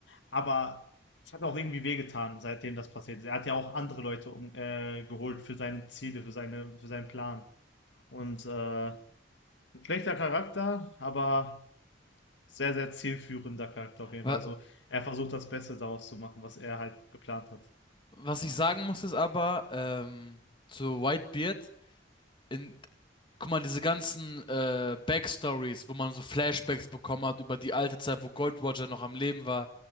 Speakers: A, on the left; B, on the left.
A: Aber es hat auch irgendwie wehgetan, seitdem das passiert ist. Er hat ja auch andere Leute um, äh, geholt für seine Ziele, für seine, für seinen Plan. Und äh, ein schlechter Charakter, aber sehr, sehr zielführender Charakter auf jeden
B: Wa-
A: Fall. Also er versucht das Beste daraus zu machen, was er halt geplant hat.
B: Was ich sagen muss, ist aber, ähm, zu Whitebeard, in, guck mal, diese ganzen äh, Backstories, wo man so Flashbacks bekommen hat über die alte Zeit, wo Gold Roger noch am Leben war,